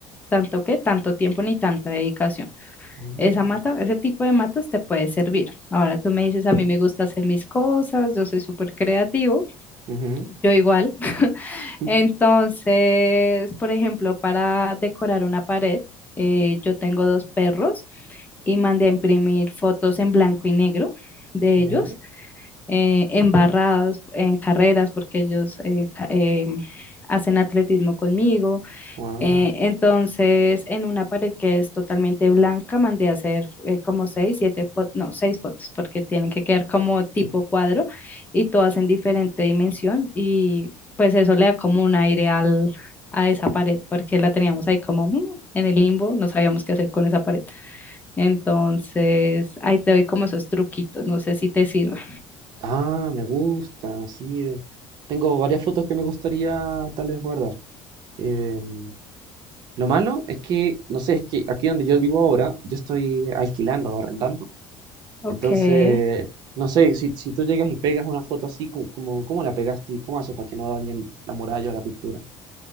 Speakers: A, on the left (about 20°); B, on the right (about 55°).
A: tanto que, tanto tiempo ni tanta dedicación.
B: Mm.
A: Esa mata, ese tipo de matas te puede servir. Ahora tú me dices, a mí me gusta hacer mis cosas, yo soy súper creativo,
B: Ujú.
A: yo igual.
B: <laughs>
A: Entonces, por ejemplo, para decorar una pared, eh, yo tengo dos perros y mandé a imprimir fotos en blanco y negro de
B: Ya.
A: ellos, eh, embarrados en carreras, porque ellos eh, ca- eh, hacen atletismo conmigo,
B: Wow.
A: eh, entonces, en una pared que es totalmente blanca, mandé a hacer eh, como seis, siete fotos, no, seis fotos, porque tienen que quedar como tipo cuadro y todas en diferente dimensión y pues eso le da como un aire al, a esa pared, porque la teníamos ahí como mm, en el limbo, no sabíamos qué hacer con esa pared. Entonces, ahí te doy como esos truquitos, no sé si te sirve.
B: Ah, me gusta, sí. eh. Tengo varias fotos que me gustaría tal vez guardar. Em, lo malo es que, no sé, es que aquí donde yo vivo ahora, yo estoy alquilando o arrendando.
A: Ok.
B: Entonces, no sé, si, si tú llegas y pegas una foto así, co- como, ¿cómo la pegaste y cómo haces para que no dañe el- la muralla o la pintura?